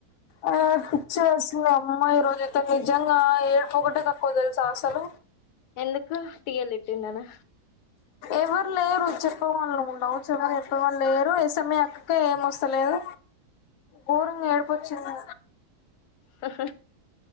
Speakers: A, on the left (about 70°); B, on the left (about 85°).
A: ఆ పిచిలేస్తుందే అమ్మ ఈరోజుయితే నిజంగా ఏడుపు ఓకటే తక్ కూదేల్ సా అసలు
B: ఎందుకు టీ ఏల్ తిట్టిందనా
A: ఎవర్ లేరు చెప్పేవాళ్ళు ఉండవు చె ఎవరు చెప్ప వాళ్ళు లేరు స్ఎమ్ఏ అక్కకి ఏం వస్తలేదు గోరంగా ఏడిపోచ్చింది
B: హహ